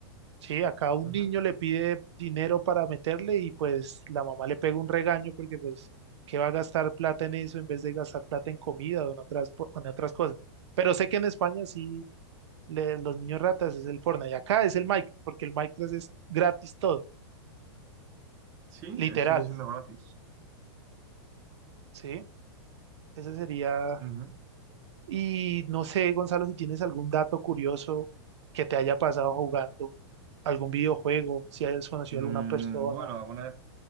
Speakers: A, on the right; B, on the right.
A: Sí, acá un
B: ujú.
A: niño le pide dinero para meterle y pues la mamá le pega un regaño porque pues, ¿qué va a gastar plata en eso en vez de gastar plata en comida o en otras, po- en otras cosas? Pero sé que en España sí, le- los niños ratas es el Fortnite y acá es el Minecraft porque el Minecraft es gratis todo,
B: Sí,
A: literal,
B: eh, sigue siendo gratis.
A: ¿sí? Ese sería...
B: Ujú.
A: Y no sé, Gonzalo, si tienes algún dato curioso que te haya pasado jugando, algún videojuego, si hayas conocido
B: Mm,
A: a alguna persona.
B: bueno, alguna vez,